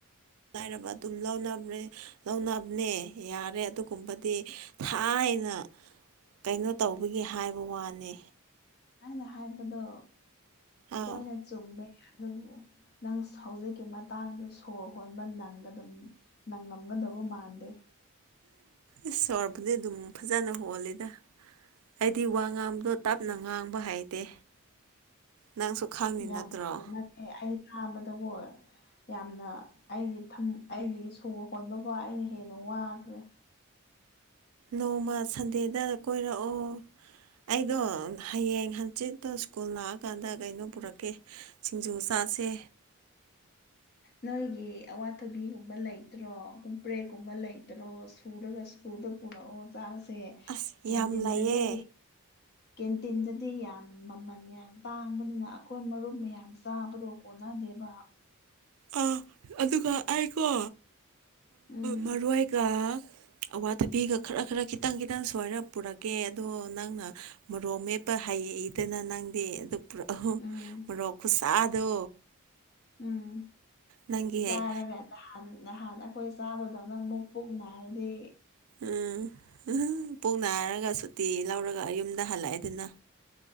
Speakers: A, on the right; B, on the left.
A: ꯂꯥꯏꯔꯕ ꯑꯗꯨꯝ ꯂꯧꯅꯕ ꯂꯧꯅꯕꯅꯦ ꯌꯥꯔꯦ ꯑꯗꯨꯒꯨꯝꯕꯗꯤ ꯊꯥꯏꯅ ꯀꯩꯅꯣ ꯇꯧꯕꯒꯦ ꯍꯥꯏꯕ ꯋꯥꯅꯤ
B: ꯑꯩꯅ ꯍꯥꯏꯕꯗꯣ
A: ꯑꯥꯎ
B: ꯂꯣꯏꯅ ꯆꯨꯝ ꯨꯝꯃꯦ ꯑꯗꯨꯕꯨ ꯅꯪ ꯍꯧꯖꯤꯛꯀꯤ ꯃꯇꯥꯡꯗ ꯁꯣꯔ ꯍꯣꯟꯕ ꯅꯪꯒ ꯑꯗꯨꯝ ꯅꯪ ꯉꯝꯒꯗꯧꯕ ꯃꯥꯟꯗꯦ
A: ꯏꯁ ꯁꯕꯨꯗꯤ ꯑꯗꯨꯝ ꯐꯖꯅ ꯍꯣꯜꯂꯤꯗ ꯑꯩꯗꯤ ꯋꯥ ꯉꯥꯡꯗꯣ ꯇꯞꯅ ꯉꯥꯡꯕ ꯍꯩꯇꯦ ꯅꯪꯁꯨ ꯈꯪꯉꯤ
B: ꯌꯥꯝ
A: ꯅꯠꯇ꯭ꯔꯣ
B: ꯊꯨꯅꯦ ꯑꯩ ꯊꯥꯕꯗꯀꯣ ꯌꯥꯝꯅ ꯑꯩꯒꯤ ꯑꯩꯒꯤ ꯁꯣꯔ ꯍꯣꯟꯕꯕꯨꯣ ꯑꯩꯅ ꯍꯦꯟꯅ ꯋꯥꯈ꯭ꯔꯦ
A: ꯅꯣꯡꯃ ꯁꯟꯗꯦꯗ ꯀꯣꯏꯔꯛꯑꯣ ꯑꯩꯗꯣ ꯍꯌꯦꯡ ꯍꯪꯆꯤꯠꯇꯣ ꯁ꯭ꯀꯨꯜ ꯂꯥꯛꯑꯀꯥꯟꯗ ꯀꯩꯅꯣ ꯄꯨꯔꯛꯀꯦ ꯁꯤꯡꯖꯨ ꯆꯥ ꯄꯥꯁꯦ
B: ꯅꯣꯏꯒꯤ ꯑꯋꯥꯊꯕꯤꯒꯨꯝꯕ ꯂꯩꯇ꯭ꯔꯣ ꯀꯨꯝꯄ꯭ꯔꯦꯛꯀꯨꯝꯕ ꯂꯩꯇ꯭ꯔꯣ ꯁꯨꯔꯒꯁꯨ ꯑꯗꯨꯗ ꯄꯨꯔꯛꯑꯣ ꯆꯥꯕꯁꯦ
A: ꯑꯁ
B: ꯀꯦꯟꯇꯤꯟꯗꯗꯤ
A: ꯌꯥꯝ ꯂꯩꯌꯦ
B: ꯀꯦꯟꯇꯤꯟꯗꯗꯤ ꯌꯥꯝ ꯃꯃꯜ ꯌꯥꯝ ꯇꯥꯡꯕꯅꯤꯅ ꯑꯩꯈꯣꯏ ꯃꯔꯨꯞ ꯃꯌꯥꯝ ꯆꯥꯕꯗꯣ ꯀꯣꯟꯅ ꯗꯦꯕ
A: ꯑꯥ ꯑꯗꯨꯒ ꯑꯩꯀꯣ
B: ꯎꯝ
A: ꯃꯔꯏꯒ ꯑꯋꯥꯊꯕꯤꯒ ꯈꯔ ꯈꯔ ꯈꯤꯇꯪ ꯈꯤꯇꯪ ꯁ꯭ꯋꯥꯔ ꯄꯨꯔꯛꯀꯦ ꯑꯗꯣ ꯅꯪꯅ ꯃꯔꯣ ꯃꯦꯞꯄ ꯍꯥꯏ ꯑꯩ ꯑꯩꯗꯅ ꯅꯪꯗꯦ ꯑꯗꯨ ꯄꯨꯔꯛ
B: ꯎꯝ
A: ꯃꯔꯣꯛ ꯈꯨꯠꯁꯥꯗꯣ
B: ꯎꯝ
A: ꯅꯪꯒꯤ
B: ꯆꯥꯔꯒ
A: ꯍꯦꯛ
B: ꯅꯍꯥꯟ ꯅꯍꯥꯟ ꯑꯩꯈꯣꯏ ꯆꯥꯕꯗꯣ ꯑꯗꯨ ꯑꯃꯨꯛ ꯄꯨꯣꯛ ꯅꯥꯔꯗꯤ
A: ꯎꯝ ꯎ ꯄꯨꯣꯛ ꯍꯥꯏꯔꯒ ꯁꯨꯇꯤ ꯂꯧꯔꯒ ꯌꯨꯝꯗ ꯍꯜꯂꯛꯑꯦꯗꯨꯅ